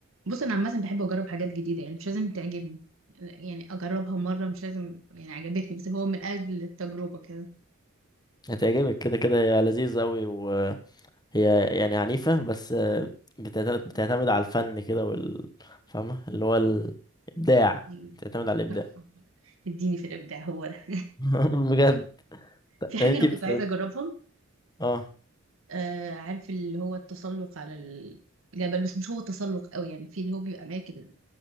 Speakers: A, on the right; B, on the left.
A: بص انا عامه بحب اجرب حاجات جديده يعني مش لازم تعجبني يعني اجربها مره مش لازم يعني عجبتني بس هو من اجل التجربه كده
B: هتعجبك كده كده هي لذيذة أوي وهي يعني عنيفة بس آه، بتعت- بتعتمد على الفن كده وال فاهمة اللي هو الإبداع
A: <laughs> مم.
B: بتعتمد على الإبداع
A: آه، اديني في الابداع هو ده <laughs>
B: <laughs> بجد
A: في حاجه
B: انتي
A: انا كنت
B: بت...
A: عايزه اجربها
B: اه
A: آه عارف اللي هو التسلق على الجبل بس مش هو تسلق قوي يعني في اللي هو بيبقى اماكن